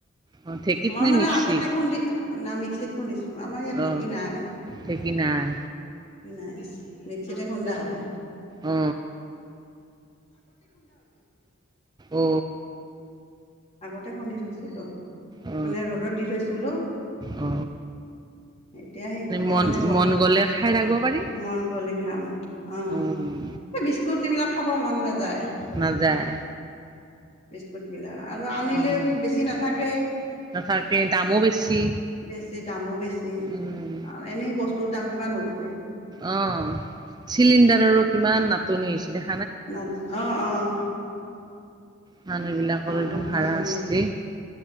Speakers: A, on the right (about 20°); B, on the left (about 30°).
A: অ ঢেঁকীত
B: মই
A: নে
B: মানে
A: মিক্সিত?
B: আগতে খুন্দি। ন মিক্সিত খুন্দিছোঁ। আমাৰ ইয়াত
A: অ
B: ঢেকি নাই।
A: ঢেঁকী নাই
B: নাই। মিক্সিতে খুন্দা হয়।
A: অ অ
B: আগতে খুন্দি থৈছিলো
A: অ
B: মানে ৰ'দত দি থৈছিলো
A: অ
B: এতিয়া সেইটো
A: মন
B: মানে বনাম
A: মন গ'লে খাই থাকিব পাৰি।
B: মন গ'লে। বি অ'
A: উম
B: এই বিস্কুট এইবিলাক খাব মন নাযায়
A: নাযায়
B: বি <unintelligible> আৰু আনিলেও
A: উম
B: বেছি নাথাকে,
A: নাথাকে দামো বেছি।
B: বেছি দামো বেছি।
A: উম
B: আৰু এনে বস্তুৰ দাম কিমান হৈছে।
A: অ' চিলিণ্ডাৰৰো কিমান নাটনি হৈছে দে
B: ন অ', অ'।
A: মানুহ বিলাকৰ
B: নত
A: একদম হাৰাশাস্তি
B: নাটনি